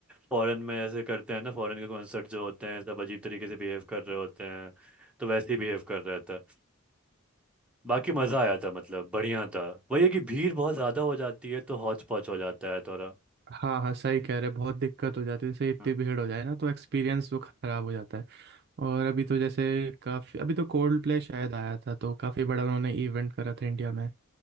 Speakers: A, in the centre; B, on the right (about 50°).
A: फॉरेन में ऐसे करते हैं ना फॉरेन के कॉन्सर्ट जो होते हैं सब अजीब तरीके से बिहेव कर रहे होते हैं तो वैसे ही बिहेव कर रहा था बाकी मज़ा आया था मतलब बढ़िया था वही है कि भीड़ बहुत ज़्यादा हो जाती है तो हौच पौच हो जाता है थोड़ा
B: हाँ हाँ सही कह रहे हैं बहुत दिक्कत हो जाती है जैसे इतनी
A: हाँ।
B: भीड़ हो जाए ना तो एक्सपीरियंस वो खराब हो जाता है और अभी तो जैसे काफी अभी तो कोल्ड प्ले शायद आया था तो काफी बड़ा उन्होंने इवेंट करा था इंडिया में